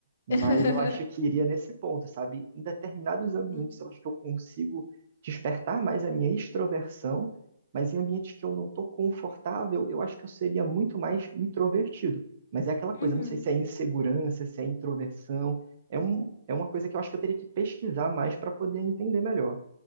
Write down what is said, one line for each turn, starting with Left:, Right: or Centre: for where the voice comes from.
Right: mas
Left: <laughs>
Right: eu acho que iria nesse ponto, sabe? Em determinados ambientes,
Left: Sim.
Right: eu acho que eu consigo despertar mais a minha extroversão, mas em ambientes que eu não estou confortável, eu acho que eu seria muito mais introvertido. Mas é aquela
Left: Uhum.
Right: coisa, não sei se é insegurança, se é introversão. É um, é uma coisa que eu acho que eu teria que pesquisar mais para poder entender melhor.